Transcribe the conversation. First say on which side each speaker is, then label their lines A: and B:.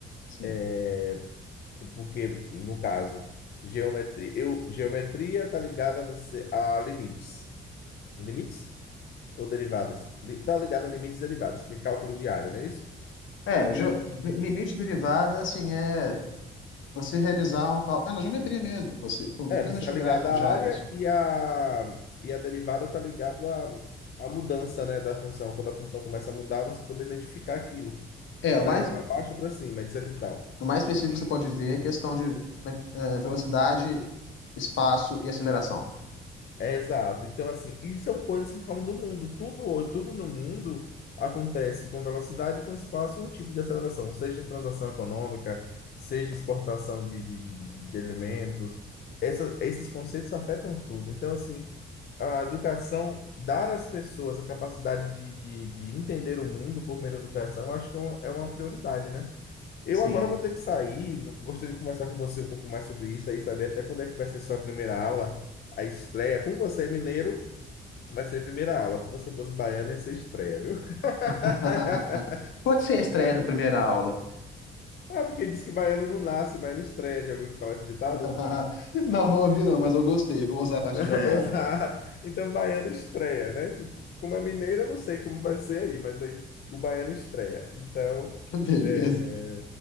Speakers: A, on the left; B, on the left.
A: Sim.
B: É, porque, no caso, geometria, eu, geometria está ligada a você a limites. Limites? ou derivadas. Li- Tá ligado a limites e derivadas, porque é cálculo de área, não é isso?
A: É,
B: E
A: ge- li- limite derivada, assim, é você realizar um cálculo. É na geometria mesmo, você,
B: é,
A: principalmente
B: você está
A: no
B: ligado
A: gráfico
B: à
A: de áreas.
B: área e a, e a derivada está ligado à, à mudança, né, da função. Quando a função começa a mudar, você poder identificar aquilo,
A: É,
B: se está
A: o mais,
B: indo para baixo ou para cima, etc e tal.
A: o mais específico
B: E,
A: que você pode ver é a questão de né, eh, velocidade, espaço e aceleração.
B: É, exato. Então, assim, e são coisas que falam do mundo. Tudo hoje, tudo no mundo acontece com velocidade, e com espaço, um tipo de aceleração, seja transação econômica, seja exportação de, de, de, de- de alimentos. Essa- esses conceitos afetam tudo. Então, assim, a educação, dar às pessoas a capacidade de, de, de entender o mundo por meio da educação, eu acho que é uma, é uma prioridade, né? Eu
A: Sim.
B: agora vou ter que sair. não- Gostaria de conversar com você um pouco mais sobre isso aí, saber até quando é que vai ser sua primeira aula. A estreia, como você é mineiro, vai ser primeira aula. Se você fosse baiano, ia ser estreia, viu? <laughs>
A: <laughs> Pode ser a estreia
B: Mas.
A: da primeira aula.
B: Ah, porque diz que baiano não nasce, baiano estreia. Já ouviu falar esse ditado?
A: <laughs> Não, não ouvi não, mas eu gostei. Vou usar a partir
B: <laughs> Exato.
A: de agora.
B: Então, Baiano estreia, né? Se- Como é mineira, eu não sei como vai ser aí, mas aí o Baiano estreia. Então,
A: <laughs> Beleza.
B: é,